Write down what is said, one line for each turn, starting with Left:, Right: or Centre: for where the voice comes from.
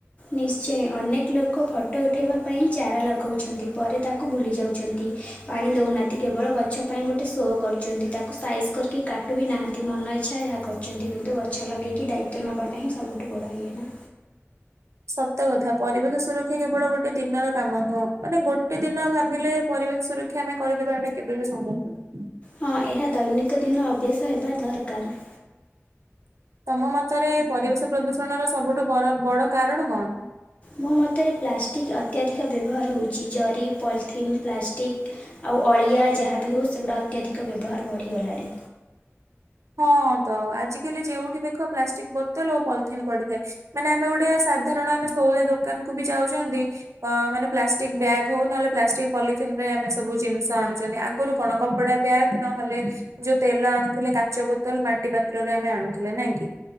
Left: ନିଶ୍ଚୟ ଅନେକ ଲୋକ ଫଟୋ ଉଠେଇବା ପାଇଁ ହିଁ ଚାରା ଲଗାଉଛନ୍ତି ପରେ ତା କୁ ଭୁଲି ଯାଉଛନ୍ତି ପାଣି ଦେଉନାହାନ୍ତି କେବଳ ଗଛ ପାଇଁ ଗୋଟେ ଶୋ କରୁଛନ୍ତି ତାକୁ ସାଇଜ୍ କରିକି କା ଟୁ ବି ନାହାନ୍ତି ମନ ଇଚ୍ଛା ଯାହା କରୁଛନ୍ତି କିନ୍ତୁ ଗଛ ଲଗେଇକି ଦାୟିତ୍ୱ ନବାଟା ହିଁ ସବୁଠୁ ବଡ଼ ଇଏ ନା।
Right: ସତ କଥା। ପରିବେଶ ସୁରକ୍ଷା କେବଳ ଗୋଟେ ଦିନର କାମ ନୁହଁ, ମାନେ ଗୋଟେ ଦିନ ଭାବିଲେ ପରିବେଶ ସୁର କ୍ଷା ଆମେ କରିଦବା। ଏଇଟା କେବେ ବି ସମ୍ଭବ ନୁହଁ।
Left: ହଁ, ଏହା ଦୈନିକ ଦିନ ଅଭ୍ୟାସ ହେବା ଦରକାର।
Right: ତମ ମତରେ, ପରିବେଶ ପ୍ରଦୂଷଣର ସବୁଠୁ ବର ବଡ କାରଣ କଣ?
Left: ମୋ ମତରେ ପ୍ଲାଷ୍ଟିକ୍ ଅତ୍ୟାଧିକ ବ୍ୟବହାର ହେଉଛି ଜରି, ପଲିଥିନ୍, ପ୍ଲାଷ୍ଟିକ୍, ଆଉ ଅଳିଆ ଯାହାବି ହେଉ, ସେଗୁଡ଼ା ଅତ୍ୟଧିକ ବ୍ୟବହାର ବଢ଼ିଗଲାଣି।
Right: ହଁ ତ ଆଜିକାଲି ଯେଉଁଠି ଦେଖ ପ୍ଲାଷ୍ଟିକ ବୋତଲ ଓ ପଲିଥିନ୍ ପଡିଥାଏ। ମାନେ ଆମେ ଗୋଟେ ସାଧାରଣ ଆମେ ସଉଦା ଦୋକାନ କୁ ବି ଯାଉଛନ୍ତି ଅ, ମାନେ ପ୍ଲାଷ୍ ପ୍ଲାଷ୍ଟିକ ବ୍ୟାଗ ହଉ ନ ହେଲେ ପ୍ଲାଷ୍ଟିକ୍ ପଲିଥିନରେ ଆମେ ସବୁ ଜିନିଷ ଆଣୁଛନ୍ତି। ଆଗରୁ କଣ କପଡା ବ୍ୟାଗ୍ ନ ହେଲେ ଯୋଉ ତେଲ ଆଣୁଥିଲେ କାଚ ବୋତଲ, ମାଟି ପାତ୍ରରେ ଆମେ ଆଣୁଥିଲେ ନାଇଁ କି?